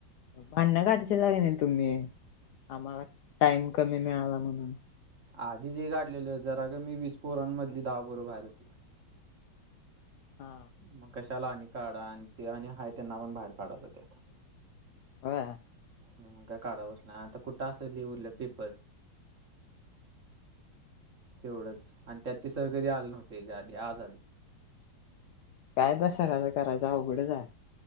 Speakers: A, on the left (about 75°); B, on the right (about 45°).
A: भांडणं काढशीला काय नाही तुम्ही? आम्हाला टाईम कमी मिळाला म्हणून. <inaudible>
B: आधीच हे काढलेलं जरा कमी वीस पोरांमधली दहा पोरं बाहेर होतीत.
A: हा
B: म कशा ला आणि काढा आणि ते आणि हाय त्यांना पण बाहेर काढायचं त्यात.
A: होय?
B: म्हणून काय काढलंच नाही आता कुठं असं लिहिलं पेपर. तेवढंच आणि त्यात ते सर कधी आले नव्हते आज आले.
A: काय त्या सराचं करायचं अवघडच आहे.